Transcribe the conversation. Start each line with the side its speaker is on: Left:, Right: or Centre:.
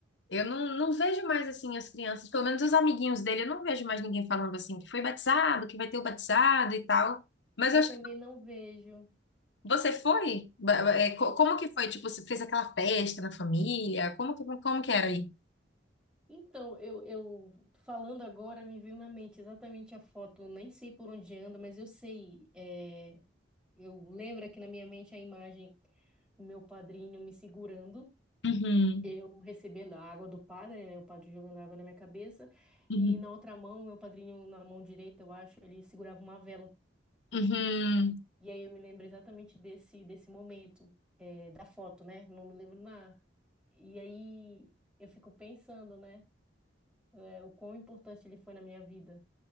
Left: Eu não, não vejo mais assim as crianças, pelo menos os amiguinhos dele, eu não vejo mais ninguém falando assim que foi batizado, que vai ter o batizado e tal. Mas
Centre: Eu
Left: eu achei
Centre: também
Left: que
Centre: não vejo.
Left: você foi? Ba- ba- é, co- Como
Centre: E-
Left: que foi? Tipo, você fez aquela festa na família? Como que, como que era aí?
Centre: Então, eu, eu falando agora, me veio na mente exatamente a foto. Eu nem sei por onde anda, mas eu sei. é, eu lembro aqui na minha mente a imagem do meu padrinho me segurando,
Left: Uhum,
Centre: eu recebendo a água do padre, né? O padre jogando água na minha cabeça.
Left: uhum.
Centre: E na outra mão, meu padrinho, na mão direita, eu acho, ele segurava uma vela.
Left: Uhum.
Centre: E aí eu me lembro exatamente desse, desse momento, eh, da foto, né? Não me lembro nada. E aí eu fico pensando, né? eh, o quão importante ele foi na minha vida.